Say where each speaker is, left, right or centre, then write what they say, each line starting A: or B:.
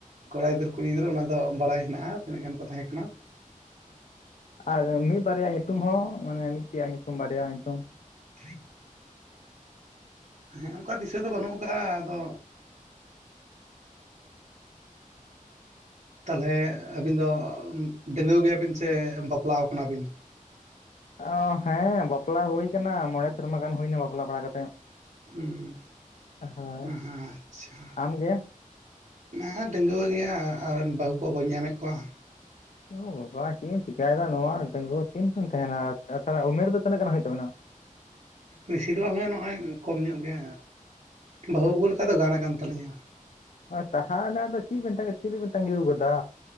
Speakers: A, on the right; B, on the left.
A: ᱠᱚᱲᱟ ᱜᱤᱫᱽᱨᱟᱹ, ᱠᱩᱲᱤ ᱜᱤᱫᱽᱨᱟᱹ ᱚᱱᱟ ᱫᱚ ᱵᱟᱲᱟᱭ ᱦᱮᱱᱟᱜᱼᱟ, ᱛᱤᱱᱟᱹᱜ ᱜᱟᱱ ᱠᱚ ᱛᱟᱦᱮ ᱠᱟᱱᱟ᱾
B: ᱟᱨ ᱢᱤᱜ ᱵᱟᱨᱟᱭᱟ ᱧᱩᱛᱩᱢ ᱦᱚᱸ, ᱢᱟᱱᱮ ᱢᱤᱫ ᱜᱮᱭᱟ ᱧᱩᱛᱩᱢ ᱵᱟᱨᱭᱟ ᱧᱩᱛᱩᱢ?
A: <inaudible> ᱦᱮᱸ ᱚᱱᱠᱟ ᱫᱤᱥᱟᱹ ᱫᱚ, ᱵᱟᱹᱱᱩᱜ ᱠᱟᱜᱼᱟ, ᱟᱫᱚ ᱛᱟᱞᱦᱮ ᱟᱹᱵᱤᱱ ᱫᱚ ᱰᱟᱹᱜᱽᱣᱟᱹ ᱜᱮᱭᱟᱵᱤᱱ ᱥᱮ, ᱵᱟᱯᱞᱟᱣ ᱠᱟᱱᱟ ᱵᱤᱱ?
B: ᱚ ᱦᱮᱸ ᱵᱟᱯᱞᱟ ᱦᱳᱭ ᱠᱟᱱᱟ, ᱢᱚᱬᱮ ᱥᱮᱨᱢᱟ ᱜᱟᱱ ᱦᱳᱭᱱᱟ, ᱵᱟᱯᱞᱟ ᱵᱟᱲᱟ ᱠᱟᱛᱮᱜ᱾
A: ᱦᱩᱸ,
B: ᱦᱳᱭ
A: ᱟᱪᱪᱷᱟ᱾
B: ᱟᱢᱜᱮ
A: ᱦᱮ ᱰᱟᱹᱜᱩᱣᱟᱹ ᱜᱮᱭᱟ, ᱟᱨ ᱵᱟᱹᱦᱩ ᱠᱚ ᱵᱟᱹᱧ ᱧᱟᱢᱮᱫ ᱠᱚᱣᱟ᱾
B: ᱚ ᱵᱟᱵᱟ ᱪᱮᱜ ᱮᱢ ᱪᱮᱠᱟᱭᱫᱟ, ᱱᱚᱣᱟ ᱰᱟᱹᱜᱩᱣᱟᱹ ᱛᱤᱱ ᱠᱷᱚᱱ ᱛᱟᱦᱮᱸᱱᱟ, ᱛᱟᱦᱚᱞᱮ ᱩᱢᱮᱨ ᱫᱚ ᱛᱤᱱᱟᱹᱜ ᱜᱟᱱ ᱦᱳᱭᱳᱜ ᱛᱟᱵᱤᱱᱟ?
A: ᱵᱤᱥᱤ ᱫᱚ ᱵᱟᱝ ᱦᱳᱭᱳᱜ-ᱟ, ᱱᱚᱜᱼᱚᱭ ᱠᱚᱢ ᱧᱚᱜ ᱜᱮ᱾ ᱵᱟᱹᱦᱩ ᱟᱹᱜᱩ ᱞᱮᱠᱟ ᱫᱚ, ᱜᱟᱱ ᱠᱟᱱ ᱛᱟᱹᱞᱤᱧᱟ᱾
B: ᱛᱟᱦᱟᱞᱮ ᱟᱫᱚ ᱪᱮᱜ ᱵᱤᱱ ᱛᱟᱸᱜᱤᱠᱟᱫᱟ, ᱪᱮᱫ ᱞᱟᱜᱤᱜ ᱵᱤᱱ ᱛᱟᱸᱜᱤᱣᱠᱟᱫᱟ᱾